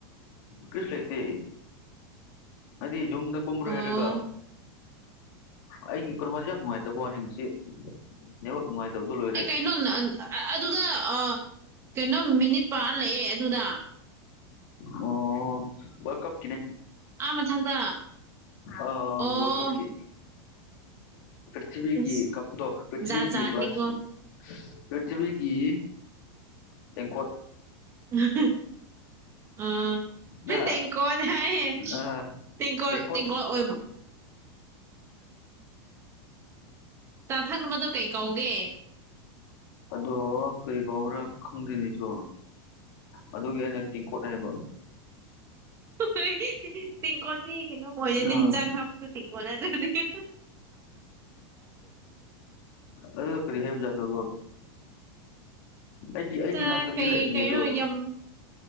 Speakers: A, on the left (about 45°); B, on the right (about 20°).
A: ꯀꯔꯤꯁꯨ ꯂꯩꯇꯦ ꯍꯥꯏꯗꯤ ꯌꯨꯝꯗ ꯀꯨꯝꯕꯔ
B: ꯑꯣ
A: ꯍꯥꯏꯔꯒ ꯑꯩꯒꯤ ꯀꯩꯅꯣꯃꯗ ꯌꯥꯝ ꯅꯨꯡꯉꯥꯏꯇꯕ ꯋꯥꯅꯤ ꯉꯁꯤ ꯅꯕ ꯅꯨꯡꯉꯥꯏꯇꯕꯗꯣ ꯂꯣꯏꯔꯦ
B: ꯑꯩ ꯀꯩꯅꯣ ꯑꯗꯨꯗ ꯀꯩꯅꯣ ꯃꯤꯅꯤꯠ ꯄꯥꯔ ꯂꯩꯑꯦ ꯑꯗꯨꯗ
A: ꯑꯣ ꯋꯥꯔ ꯀꯞ ꯀꯤꯅꯦ
B: ꯑꯥ ꯃꯊꯛꯇ
A: ꯑ
B: ꯑꯣ
A: ꯋꯥꯂꯀꯞꯀꯤ ꯄ꯭ꯔꯤꯊꯤꯕꯤꯒꯤ
B: ꯑꯁ
A: ꯀꯞꯇꯣ ꯄ꯭ꯔꯤꯊꯤꯕꯤꯒꯤ
B: ꯖꯥꯠ ꯖꯥꯠꯅꯤꯀꯣ
A: ꯒ꯭ꯂꯥꯁ ꯄ꯭ꯔꯤꯊꯤꯕꯤꯒꯤ ꯏꯀꯣ
B: ꯎꯝ ꯑꯀꯣꯗ
A: ꯅ
B: ꯍꯥꯏꯦꯀꯣꯀꯣ
A: ꯑꯥ ꯇꯦꯡꯀꯣꯠ
B: ꯆꯥꯊꯪꯅꯕꯗꯣ ꯀꯩ ꯀꯧꯒꯦ
A: ꯑꯗꯣ ꯀꯔꯤ ꯀꯥꯎꯕꯔ ꯈꯪꯗ꯭ꯅꯤꯁꯨ ꯑꯗꯨꯒꯤ ꯑꯩꯅ ꯇꯤꯡꯀꯣꯠ ꯍꯥꯏꯕ
B: <unintelligible> ꯇꯦꯡꯀꯣꯗꯤ ꯀꯩꯅꯣ ꯍꯣꯏꯅ
A: ꯑꯥ
B: ꯍꯟꯖꯥꯡ ꯍꯥꯕꯛꯇ ꯇꯦꯡꯀꯣꯠꯅꯗ꯭ꯔꯗꯤ
A: ꯑꯗꯨꯒ ꯀꯔꯤ ꯍꯥꯏꯕꯖꯥꯠꯂꯣꯕꯣ ꯑꯩꯗꯤ ꯑꯩꯒꯤ
B: ꯆꯥ
A: ꯏꯅꯥꯛꯇꯕꯤ
B: ꯀꯩ
A: ꯂꯩꯕꯅꯦ
B: ꯀꯩꯅꯣ
A: ꯑꯗꯣ
B: ꯌꯥꯝ